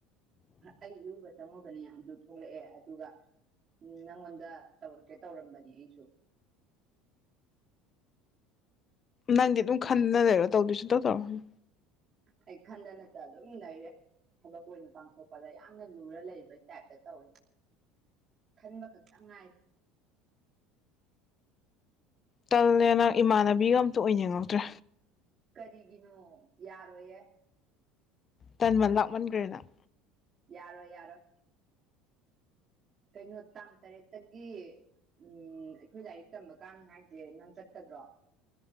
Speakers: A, on the right (about 40°); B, on the left (about 35°).
A: ꯑꯩ ꯏꯔꯨꯕ ꯆꯪꯉꯨꯕꯅꯦ ꯑꯗꯨ ꯊꯣꯛꯂꯛꯑꯦ ꯑꯗꯨꯒ ꯎꯝ ꯅꯪꯉꯣꯟꯗ ꯇꯧꯔꯛꯀꯦ ꯇꯧꯔꯝꯕꯅꯦ ꯑꯩꯁꯨ
B: ꯅꯪꯗꯤ ꯑꯗꯨꯝ ꯈꯟꯗꯅ ꯂꯩꯔꯣ ꯇꯧꯗꯤ ꯁꯨꯡꯇꯧ ꯇꯧꯔꯣꯅꯨ
A: ꯑꯩ ꯈꯟꯗ ꯅꯠꯇ ꯑꯗꯨꯝ ꯂꯩꯥꯔꯦ ꯊꯕꯛ ꯑꯣꯏꯅ ꯄꯥꯡꯊꯣꯛꯄꯗ ꯌꯥꯝꯅ ꯂꯨꯔ ꯂꯩꯕꯩ ꯇꯥꯏꯞꯇ ꯇꯧꯔꯦ ꯈꯟꯕ ꯈꯛꯇꯪ ꯉꯥꯏ
B: ꯇꯜꯂꯦ ꯅꯪ ꯏꯃꯥꯟꯅꯕꯤꯒ ꯑꯃꯠꯇ ꯑꯣꯏꯅꯤꯡꯉꯛꯇ꯭ꯔꯦ
A: ꯀꯔꯤꯒꯤꯅꯣ ꯌꯥꯔꯣꯏꯌꯦ
B: ꯇꯟꯃꯟ ꯂꯥꯛꯃꯟꯒ꯭ꯔꯦ ꯅꯪ
A: ꯌꯥꯔꯣꯏ ꯌꯥꯔꯣꯏ ꯀꯩꯅꯣ ꯇꯥꯡ ꯇꯔꯦꯠꯇꯒꯤ ꯎꯝ ꯑꯩꯈꯣꯏ ꯂꯥꯏꯔꯤꯛ ꯇꯝꯕ ꯀꯥꯟ ꯍꯥꯏꯁꯦ ꯅꯪ ꯆꯠꯀꯗ꯭ꯔꯣ